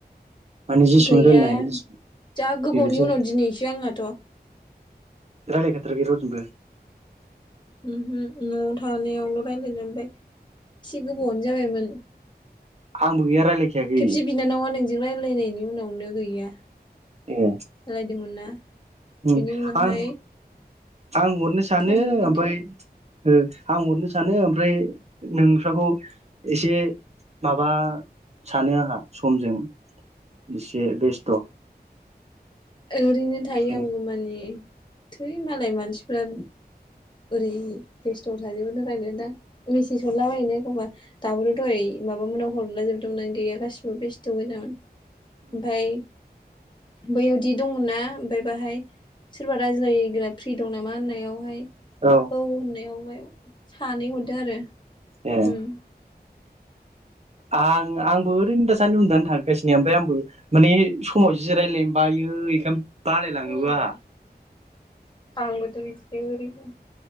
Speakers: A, on the right; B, on the left.
A: माने जेसेबां
B: गैया
A: रायलायनो हायो एसेबां
B: जा गोबावनि
A: बेबायदि जायो
B: उनाव दिनैसो आंनाथ'
A: रायलायखाथाराखै रावजोंबो
B: ओमहो न'आव थानायावल' रायलाय लायबाय एसे गोबावआनो जाबायमोन
A: आंबो गैया रायलायखायाखै
B: खेबसे बिनानावआ नोंजों रायलाय फैनायनि उनावनो गैया
A: ए
B: रायदोंमोन ना?
A: ओम
B: बिनि उनावहाय
A: आं आं हरनो सानो
B: फंबायजों
A: ओमफाय
B: खेबसे
A: ओ आं हरनो सानो ओमफ्राय नोंस्राखौ एसे माबा सानो आंहा समजों इसे बेस्थ'।
B: ओरैनो थायो
A: औ
B: आंबो मानि थै मालाय मानसिफ्रा ओरै बेस्थ'आव थाजोबोनो रायनो दां मेसेज हरलाबायो ना एखमबा। दाबोथ द'हाइ माबामोनाव हरलाजोबबोदोंमोन आं गैया गासिबो बेस्थ' गोजामोन। ओमफाय बैयाव दि दंमोना ओमफाय बाहाय सोरबा रायज्लायग्रा फ्रि दं नामा होननायावहाय
A: औ
B: औ होननायावहाय सानै हरदों आरो
A: ए
B: उम
A: आं आंबो ओरैनो दासान्दि उनदुनानै थांगासिनो ओफ्राय आंबो माने समाव जिरायलायनो बायो एखायनो बालायलाङोबो
B: उम
A: आंहा।
B: आंबोथ' बिदिनो आरैनो